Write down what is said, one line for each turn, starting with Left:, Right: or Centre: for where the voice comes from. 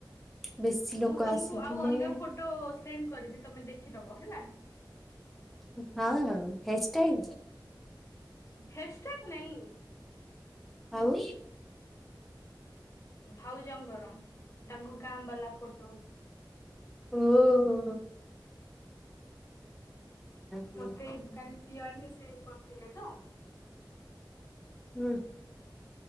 Centre: ବେଶୀ ଲୋକ
Left: ମୁଁ ତମକୁ
Centre: ଆସିଥିଲେ
Left: ଆଉ ଅଲଗା ଫଟୋ ସେଣ୍ଡ କରିବି ତମେ ଦେଖିଦବ ହେଲା। <inaudible>
Centre: ହଁ, ହେୟାର ଷ୍ଟାଇଲରେ।
Left: ହେୟାର୍ ସଟାଇଲ ନାହିଁ।
Centre: ଆଉ
Left: ଭାଉଜଙ୍କର ତାଙ୍କ ଗାଁ ବାଲା ଫୋଟୋସ।
Centre: ଓହୋ ହୁଁ
Left: ମତେ କାଲି ପିଅ ଆଣ୍ଟି ସେଣ୍ଡ କରିଥିଲେ ତ।
Centre: ହଁ,